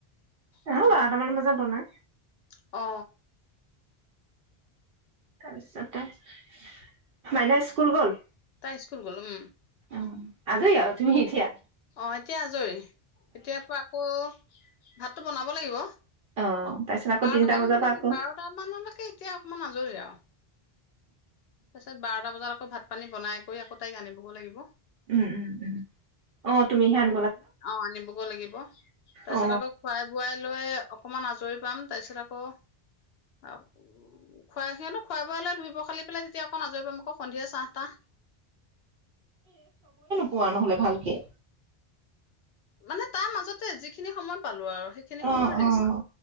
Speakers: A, on the right; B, on the left.
A: এ
B: উম
A: হ' বাৰটামান বজাত নাই
B: অ
A: তাৰপিছত তাৰিছ মাইনা স্কুল গ'ল
B: তাই স্কুল গ'লোম
A: অ আজৰি আহ তুমি ইতিয়া
B: অঁ এতিয়া আজৰি এতিয়াৰ পৰা আকৌ ভাতটো বনাব লাগিব
A: অ তাৰপিছত আকৌ
B: বাৰটামান
A: তিনটা বজাৰ পৰা আকৌ
B: বাৰট মানলৈকে এতিয়া অকমান আজৰি আৰু তাৰপিছত বাৰটা বজাত আকৌ ভাত পানী বনাই কৰি আকৌ তাইক আনিব লাগিব
A: উম উম উম অ তুমি হেন
B: অ আনিবগৈ লাগিব তাৰ পিছত
A: অ
B: আকৌ খোৱাই বোৱাই লৈ অকমান আজৰি পাম তাৰ পিছত আকৌ খুৱাই সিহঁতো খোৱাই বোৱা হলে ধুইব খালি পেলাই তেতিয়া আকৌ নজৰি পাম আকৌ সন্ধিয়া চাহটা
A: পোৱা নহলে ভালকে
B: মানে তাৰ মাজতে যিখিনি সময় পালো আৰু সেইখিনি
A: অ', অ',
B: সময়ৰেষ্ট